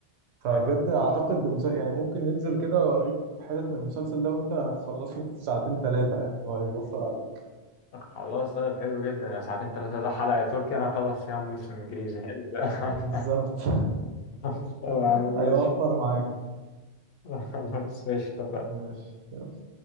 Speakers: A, on the right (about 80°); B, on the left (about 70°).
A: فبجد
B: ايوه
A: اعتقد ده مسل... يعني ممكن ننزل كده واوريك حتت من المسلسل ده وانت هتخلصه في ساعتين ثلاثة يعني هو هيوفر عليك
B: خلاص طيب حلو جدا يا ساعتين ثلاثة ده حلقة تركي انا خلص فيها موسم انجليزي حلو ده <laughs>
A: بالظبط
B: خلاص، طبعا
A: <laughs>
B: ماشي
A: هيوفر معاك
B: <laughs> خلاص ماشي اتفقنا
A: ماشي يلا